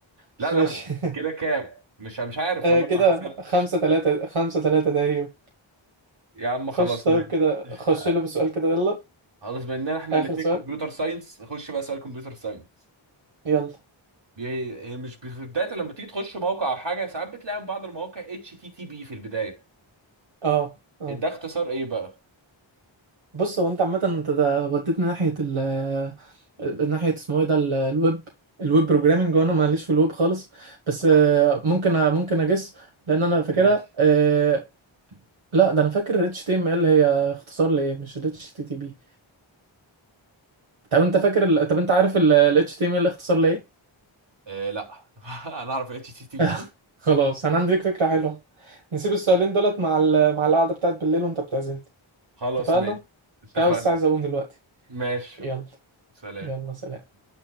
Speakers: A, on the right (about 60°); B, on the right (about 75°).
A: لا
B: بس ماشي
A: ده
B: <laughs>
A: كده كام مش مش عارف
B: آه
A: والله
B: كده
A: ما حسبتش
B: خمسة تلاتة خمسة تلاتة تقريبا
A: يا عم خلاص
B: خش طيب
A: ماشي
B: كده
A: <laughs>
B: خش له بسؤال كده يلا
A: خلاص بما اننا احنا
B: آخر
A: الاثنين
B: سؤال
A: كمبيوتر ساينس خش بقى سؤال كمبيوتر ساينس
B: يلا
A: بي... مش بي- في بدايه لما تيجي تخش موقع او حاجه ساعات بتلاقي في بعض المواقع اتش تي تي بي في البدايه
B: اه اه
A: ده اختصار ايه بقى
B: بص هو انت عامة انت ده وديتني ناحية ال آه، ناحية اسمه ايه ده ال- الويب الويب بروجرامنج وانا ماليش في الويب خالص بس
A: اه
B: آه، ممكن أ- ممكن اجس لان انا فاكرها
A: ماشي
B: آه، لا ده انا فاكر اتش تي ام ال هي اختصار لايه مش ال HTTP طب انت فاكر ال... طب انت عارف ال اتش تي ام ال HTML اختصار لايه
A: إيه لا <laughs> انا اعرف اتش تي تي
B: <laughs>
A: بي
B: خلاص انا عندي ليك فكرة حلوة نسيب السؤالين دولت مع ال... مع القعدة بتاعت بالليل وانت بتعزمني
A: خلاص
B: اتفقنا؟
A: ماشي اتفقنا
B: عشان أنا بس عايز اقوم دلوقتي
A: ماشي
B: يلا
A: سلام
B: يلا سلام